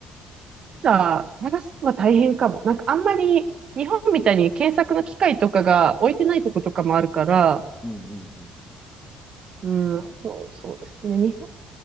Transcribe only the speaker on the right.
ただ、探すのは大変かも。なんか、あんまり日本みたいに検索の機械とかが置いてないとことかもあるから、
うん、あと、そうですね、日本、